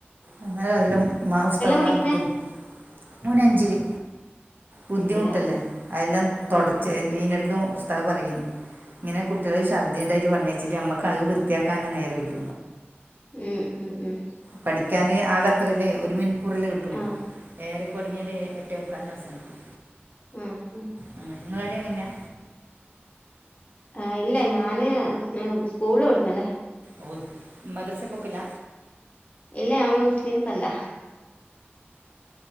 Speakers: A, on the right; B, on the left.
A: അങ്ങനെ അതല്ലാം ഉസ്തകന്മാർക്ക്
B: പഠിക്കുന്നേ
A: ബു മോന അഞ്ചില് ബുദ്ധിമുട്ടല്ലേ
B: അഞ്ചിലാ
A: അല്ലാം തുട
B: ആഹ്
A: നടുക്ക ഉസ്താദ് പറയുന്നു ഇങ്ങനെ കുട്ടികൾ ഛർദ്ദി ഉണ്ടായിട്ട് പറഞ്ഞു വച്ചട്ട് നമ്മക്ക് അത് വൃത്തിയാക്കാനാണ് നേര ഇല്ല
B: ഉം ഉം ഉം
A: പഠിക്കാന് ആക അത്രല്ലേ ഒരു മണിക്കൂറല്ലേ കിട്ടൂലൂ
B: ആഹ്
A: ഏഴരെ തൊടങ്ങിയാല് എട്ടര ക്കാലിന് അവസാനിക്കും
B: ഉം ഉം
A: ആ നിങ്ങളൾഅവടെ അങ്ങനെയാ
B: ആ ഇല്ല ഞാന് സ്കൂളിൽ വിടുന്നല്ല
A: ഓ മദ്രസെ പോക്കില്ല
B: ഇല്ല നമ്മള് മുസ്ലിംസ് അല്ല